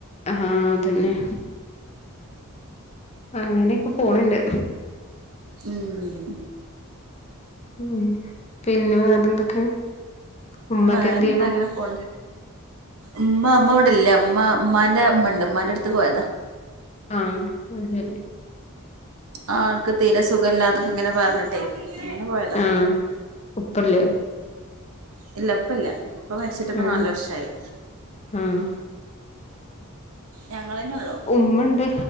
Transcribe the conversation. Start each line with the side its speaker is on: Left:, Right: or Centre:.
Left: ആ അതന്നെ അങ്ങനെയൊക്കെ പോണ് ണ്ട്
Right: ഉം
Left: ഉ പിന്നെ വേറെന്തൊക്കെ ഉമ്മക്കെ
Right: വേറെന്താ
Left: എന്ത് ചെയ്യണു
Right: അങ്ങനെ പോണ് ഉമ്മ അമ്മവിടെ ഇല്ല ഇമ്മ ഇമ്മാന്റെ ഇമ്മണ്ട് ഇമ്മാന്റെ അടുത്ത്ക്ക് പോയതാ
Left: ആഅതെ
Right: ആ ആൾക്ക് തീരെ സുഖല്ലാന്നൊക്കെ ഇങ്ങനെ പറഞ്ഞിട്ടെ അങ്ങനെ പോയതാ
Left: ആഹ ഉപ്പല്ലേ
Right: ഇല്ല ഇപ്പ ഇല്ല ഇപ്പ മരിച്ചിട്ടിപ്പൊ
Left: ആഹ്
Right: നാലു വർഷായി
Left: ആഹ്
Right: ഞങ്ങളന്നെ ഉള്ളൂ
Left: ഉമ്മ ഇ ണ്ട്